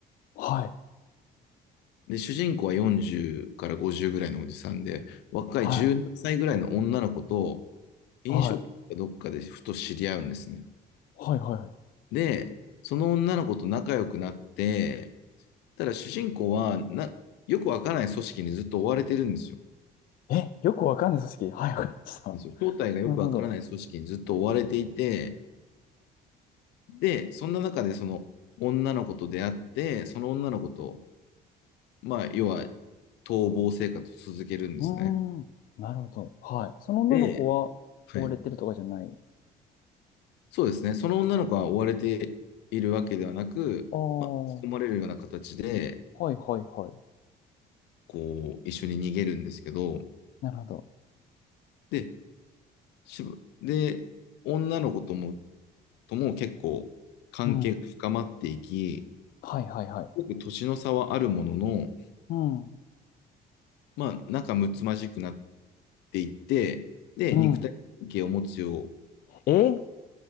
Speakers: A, on the left; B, on the left.
A: はい。
B: で、主人公は40から50ぐらいのおじさんで、若い17歳ぐらいの女の子と
A: はい。
B: 飲食店かどっかでふと知り合うんですね。
A: はい。はいはい。
B: で、その女の子と仲良くなって、ただ主人公はな、よくわからない組織にずっと追われてるんですよ。
A: え、よくわかんない組織。はい、わかりました。
B: 正体がよくわからない組織にずっと追われていて、
A: <laughs> なるほど。
B: で、そんな中でその女の子と出会って、その女の子と、まあ、要は逃亡生活を続けるんですね。
A: うーん。なるほど。はい。その女の子は追われてるとかじゃない。
B: で、はい。そうですね。その女の子は追われているわけではなく、
A: ああ。
B: まあ、引き込まれるような形で、
A: はいはいはい。
B: こう、一緒に逃げるんですけど、
A: なるほど。
B: で、しぶで、女の子ともとも結構関係が深まっていき、
A: うん。はいはいはい。
B: すごく年の差はあるものの、
A: うん。
B: まあ、仲睦まじくなっていって、で、
A: うん。
B: 肉体関係を持つよ
A: え